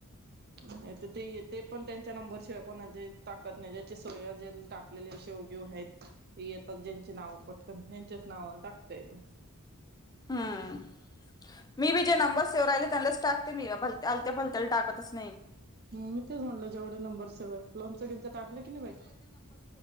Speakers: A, on the right; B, on the left.
A: नाहीतर ते येतय पण त्यांच्या नंबर शिवाय कोणाचे टाकत नाही ज्याचे सेव्ह जे टाकलेले सेव्हगेव आहेत येतात ज्यांची नाव पटकन त्यांच्याच नावा टाकत येत.
B: हम्म मी बी जे नंबर सेव्ह राहिले त्यांन लाच टाकते मी भलत्यालत्या फलत्याला टाकतच नाही.
A: म मी तेच म्हणल जेवढे नंबर सेवय लोन चं बिनच टाकलं की नाही बाई.